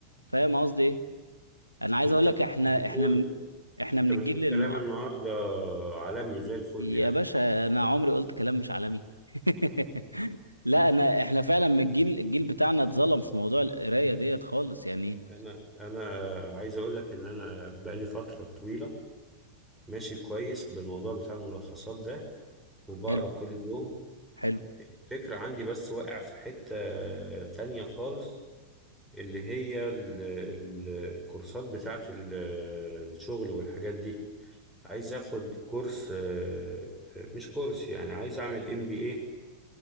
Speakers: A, on the right; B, in the centre.
A: فاهم قصدي ايه انا عايز
B: انت
A: اقول لك احنا
B: بتقول
A: احنا من احنا
B: انت
A: من
B: بتقول
A: الجيل الم...
B: كلام النهارده عالمي زي الفل
A: يا
B: يعني
A: باشا انا عمري قلت كلام مش عالمي <laughs> لا انا احنا فعلا من الجيل الجيل بتاعنا اتظلم في موضوع القرايه ديت خالص يعني
B: انا انا عايز اقول لك ان انا بقالي فتره طويله ماشي كويس بالموضوع بتاع الملخصات ده وبقرا
A: حلو
B: كل يوم
A: حلو
B: الفكره عندي بس واقع في حته تانية خالص اللي هي ال ال الكورسات بتاعه ال- الشغل والحاجات دي عايز اخد كورس آه، آه، مش كورس يعني عايز اعمل ام بي اي